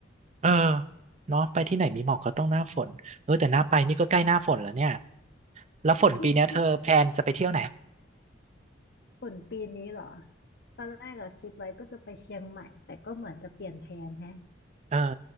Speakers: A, on the right; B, on the left.
A: เออเนาะไปที่ไหนมีหมอกก็ต้องหน้าฝนเออแต่หน้าไปนี่ก็ใกล้หน้าฝนแล้วเนี่ยแล้วฝนปีเนี้ยเธอแพลนจะไปเที่ยวไหน
B: ที่ที่ฝนปีนี้เหรอตอนแรกอะคิดไว้ก็จะไปเชียงใหม่แต่ก็เหมือนจะเปลี่ยนแผนแฮะ
A: เออ